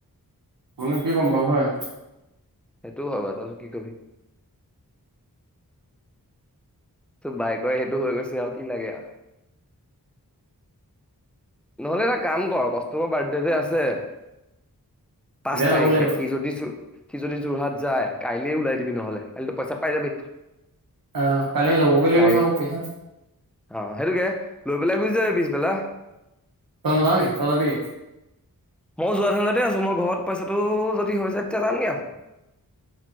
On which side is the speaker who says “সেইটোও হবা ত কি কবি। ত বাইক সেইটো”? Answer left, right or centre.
Centre